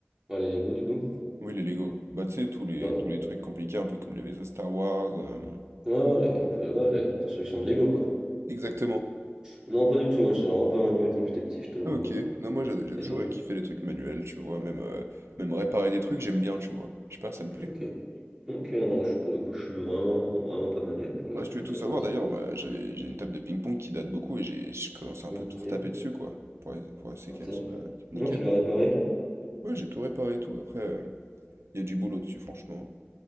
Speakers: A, on the right; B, on the right.
A: Ouais, les Lego du coup.
B: Oui, les Lego. Bah, tu sais, tous les,
A: Ouais,
B: tous les trucs compliqués, un peu comme les vaisseaux Star Wars. euh,
A: ouais, ouais, les- un peu, ouais, les constructions de Lego quoi.
B: Exactement.
A: Non, pas du tout, moi j'étais vraiment pas manuel quand j'étais petit, je t'avoue.
B: Ah, Ok.
A: euh.
B: Non, moi, j'ai j'ai
A: Et
B: toujours
A: toi?
B: kiffé les trucs manuels, tu vois. Même, euh, même réparer des trucs, j'aime bien, tu vois. Je sais pas, ça me plaît.
A: Ok. Ok, non, je- pour le coup, je suis vraiment, vraiment pas manuel, pour le
B: Moi,
A: coup,
B: si tu
A: je
B: veux
A: vais
B: tout
A: pas
B: savoir,
A: te mentir.
B: d'ailleurs, bah, j'ai j'ai une table de ping-pong qui date beaucoup et j'ai je commence à un
A: Ok.
B: peu tout retaper dessus, quoi, pour, essa- pour essayer
A: Attends.
B: qu'elle soit euh, nickel.
A: Non, tu l'as réparé toi?
B: Ouais, j'ai tout réparé et tout. Après, il y a du boulot dessus, franchement.